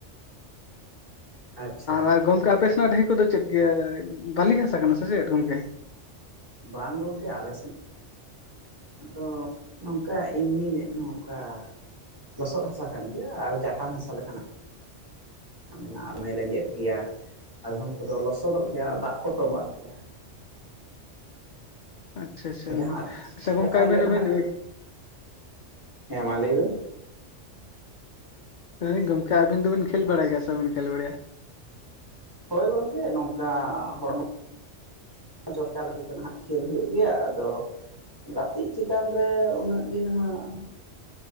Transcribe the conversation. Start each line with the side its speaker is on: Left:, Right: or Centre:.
Right: ᱟᱪᱪᱷᱟ
Left: ᱟᱨ ᱜᱚᱝᱠᱮ ᱟᱯᱮ ᱥᱮᱱᱟᱜ ᱰᱟᱹᱦᱤ ᱠᱚᱫᱚ ᱪᱮᱫ ᱜᱮᱭᱟ ᱵᱟᱹᱞᱤ ᱦᱟᱥᱟ ᱠᱟᱱᱟ ᱥᱮ ᱪᱮᱫ ᱜᱚᱝᱠᱮ
Right: ᱵᱟᱝ ᱜᱚᱝᱠᱮ ᱟᱞᱮ ᱥᱮᱱ- ᱫᱚ ᱱᱚᱝᱠᱟ ᱮᱢᱱᱤᱮᱫ ᱱᱚᱝᱠᱟ ᱞᱚᱥᱚᱫ ᱦᱟᱥᱟ ᱠᱟᱱ ᱜᱮᱭᱟ ᱟᱨ ᱡᱟᱴᱟᱝ ᱦᱟᱥᱟ ᱞᱮᱠᱟᱱᱟᱜ ᱢᱮᱱᱟᱜᱼᱟ ᱟᱨ ᱫᱚᱢᱮ ᱞᱮᱸᱡᱮᱫ ᱜᱮᱭᱟ ᱟᱫᱷᱚᱢ ᱠᱚᱫᱚ ᱞᱚᱥᱚᱫᱚᱜ ᱜᱮᱭᱟ ᱫᱟᱜ ᱠᱚ ᱛᱚᱸᱢᱵᱟᱜ ᱜᱮᱭᱟ
Left: ᱟᱪᱪᱷᱟ ᱟᱪᱪᱷᱟ
Right: ᱡᱟᱦᱟᱸ
Left: ᱟᱪᱪᱷᱟ ᱜᱚᱝᱠᱮ
Right: ᱚᱠᱟ
Left: ᱟᱵᱮᱱ
Right: ᱦᱤᱞᱳᱜ
Left: ᱫᱚ
Right: ᱱᱟᱦᱟᱜ
Left: ᱵᱤᱱ-
Right: ᱦᱮᱸ ᱢᱟ ᱞᱟᱹᱭᱵᱮᱱ
Left: ᱞᱮᱭ ᱫᱟᱹᱧ ᱜᱚᱢᱠᱮ ᱟᱵᱤᱱ ᱫᱚᱵᱤᱱ ᱠᱷᱮᱞ ᱵᱟᱲᱟᱭ ᱜᱮᱭᱟ ᱥᱮᱵᱟᱵᱤᱱ ᱠᱷᱮᱞ ᱵᱟᱲᱟᱭᱟ
Right: ᱦᱳᱭ ᱜᱚᱝᱠᱮ ᱱᱚᱝᱠᱟ ᱦᱚᱲᱢᱚ ᱪᱚᱨᱪᱟ ᱞᱟᱹᱜᱤᱫ ᱛᱮ ᱱᱟᱦᱟᱜ ᱠᱷᱮᱞ ᱦᱩᱭᱩᱜ ᱜᱮᱭᱟ ᱟᱫᱚ ᱜᱟᱛᱮᱜ ᱪᱮᱛᱟᱱ ᱨᱮ ᱩᱱᱟᱹᱜ ᱜᱮ ᱱᱟᱦᱟᱜ